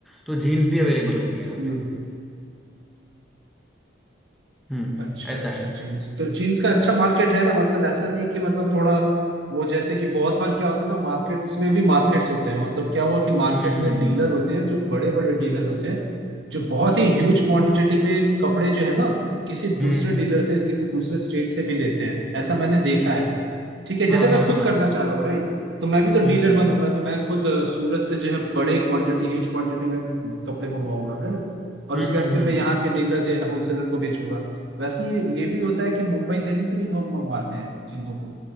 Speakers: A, in the centre; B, on the right.
A: तो जीन्स भी अवेलेबल होगी यहाँ
B: हम्म।
A: पे हम्म
B: अच्छा
A: ऐसा
B: अच्छा
A: है
B: जीन्स तो जीन्स का अच्छा मार्केट है ना मतलब ऐसा नहीं कि मतलब थोड़ा वो जैसे कि बहुत बार क्या होता है ना मार्केट्स में भी मार्केट्स होते हैं मतलब क्या हुआ कि मार्केट
A: हम्म हम्म
B: में डीलर होते हैं जो बड़े बड़े डीलर होते हैं जो बहुत ही ह्यूज क्वांटिटी में कपड़े जो है ना किसी
A: हम्म
B: दूसरे
A: हम्म,
B: डीलर से किसी दूसरे स्टेट से भी लेते हैं ऐसा मैंने देखा है ठीक है
A: हाँ
B: जैसे
A: हाँ
B: मैं खुद
A: हाँ
B: करना चाह रहा हूँ राइट तो मैं भी तो
A: हम्म
B: डीलर
A: हम्म
B: बनूंगा तो मैं खुद अ, सूरत से जो है बड़े क्वांटिटी ह्यूज क्वांटिटी में कपड़े मंगवाऊंगा है ना और
A: हम्म
B: उसके
A: हम्म
B: बाद फिर
A: हम्म।
B: मैं यहाँ के डीलर्स या होलसेलर को बेचूंगा वैसे ही ये भी होता है कि मुंबई दिल्ली से भी लोग मंगवाते हैं चीजों को